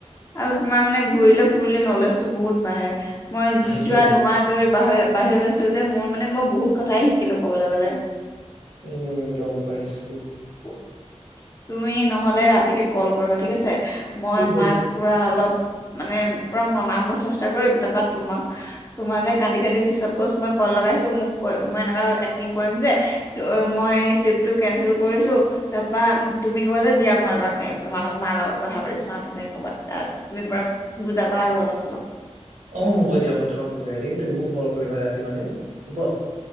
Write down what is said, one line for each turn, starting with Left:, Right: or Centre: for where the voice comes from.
Left: আৰু তোমাৰ মানে ঘূৰিলে ফুৰিলে নলেজটো বহুত বাঢ়ে। মই
Right: সেইটোয়ে
Left: যোৱা দুমাহ দূৰ বাহিৰ বাহিৰত আছিলো যে, মোৰ মানে মই বহুত কথাই শিকিলো ক'বলৈ গ'লে।
Right: উম, গ'ম পাইছো।
Left: উ তুমি নহ'লে ৰাতিকে কল কৰিবা ঠিক আছে। মই
Right: শুব
Left: মাক পুৰা অলপ মানে পুৰা মনাব চেষ্টা কৰিম। তাৰপৰা তোমাক তোমালৈ কান্দি কান্দি চাপজ মই কল লগাইছো, মোক ক মই এনেকুৱা এক্টিং কৰিম যে ত' মই ট্ৰিপটো কেঞ্চেল কৰিছো তাৰপা তুমি ক'বা যে দিয়া মই এপাক তোমাৰ লগত মাৰ লগত কথা পাতি চাওঁ তেনেকে ক'বা। তাত তুমি পুৰা বুজাবা আৰু অলপ চলপ
Right: অ' হ'ব দিয়া মই তোমাক বুজাই দিম, তুমি মোক কল কৰিবা ৰাতি মানে হ'ব।